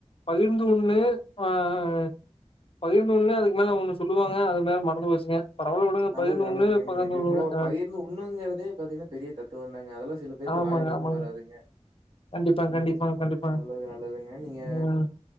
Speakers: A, on the left (about 55°); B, on the right (about 75°).
A: பகிர்ந்து உண்ணு ஆ ஆ ஆ பகிர்ந்து உண்ணு அதுக்கு மேல ஒன்னு சொல்லுவாங்க அது மேல மறந்து போச்சுங்க பரவால்ல விடுங்க
B: நல்லது
A: பதினொன்னு
B: நல்லதுங்க நீங்க
A: பகிர்ந்தொன்னு
B: இது இவ்வளவு
A: ஆ
B: பகிர்ந்து உண்ணுங்கிறதே பாத்தீங்கன்னா பெரிய தத்துவந்தாங்க அதெல்லா சில பேர்த்துக்கு
A: ஆமாங்க
B: வாயிலருந்து
A: ஆமாங்க
B: வராதுங்க
A: கண்டிப்பாங்க
B: உம்
A: கண்டிப்பாங்க கண்டிப்பாங்க
B: நல்லது நல்லதுங்க நீங்க
A: ம்